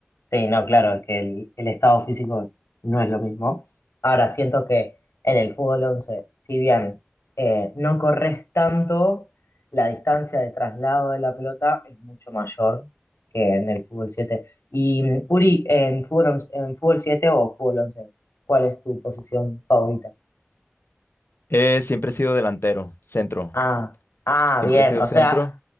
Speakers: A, on the left (about 90°); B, on the left (about 60°).
A: Sí, no, claro, es que el, el estado físico no es lo mismo. Ahora, siento que en el fútbol 11, si bien eh, no corres tanto, la distancia de traslado de la pelota es mucho mayor que en el fútbol siete. Y mm, Uri, en fútbol, once- en fútbol 7 o fútbol once, ¿cuál es tu posición favorita?
B: Eh, siempre he sido delantero, centro,
A: Ah, ah,
B: siempre
A: bien,
B: he sido
A: o
B: centro.
A: sea,